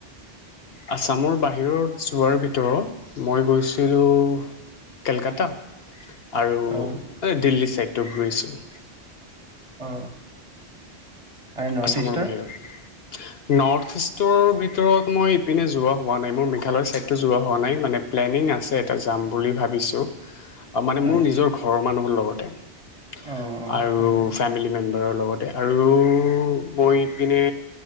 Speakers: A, on the left; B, on the right.
A: আছামৰ বাহিৰত যোৱাৰ ভিতৰত মই গৈছিলোঁ কেলকাতা আৰু
B: অ
A: দিল্লী চাইড ঘূৰিছোঁ <unintelligible>
B: অ আৰু নৰ্থ
A: আচামাৰ
B: ইষ্টৰ
A: বাহিৰত নৰ্থ ইষ্ট <unintelligible> ষ্টৰ ভিতৰত মই ইপিনে যোৱা হোৱা নাই মোৰ মেঘালয়ৰ চাইডতটোো যোৱা <unintelligible> হোৱা নাই মানে প্লেনিং আছে তাতে যাম বুলি ভাবিছোঁ মানে
B: হয়
A: মোৰ নিজৰ ঘৰৰ মানুহৰ লগত ত
B: অ অ
A: আৰু
B: হয় হয়
A: ফেমিলি মে্ব াৰৰ লগতে আৰু <unintelligible> মইপিনে